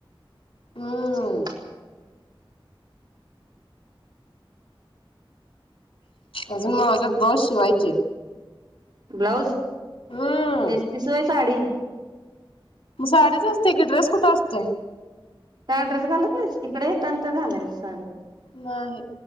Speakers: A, on the left; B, on the right.
A: हम्म
B: <inaudible>
A: अजून माझा ब्लाॅस शिवायचे.
B: ब्लाऊज
A: हम्म.
B: नेस्तीस व्हय साडी?
A: साडीच असते की ड्रेस कुठ असतोय.
B: का ड्रेस घालत नाही इकडे येताना तर घालायच साडी.
A: नाही.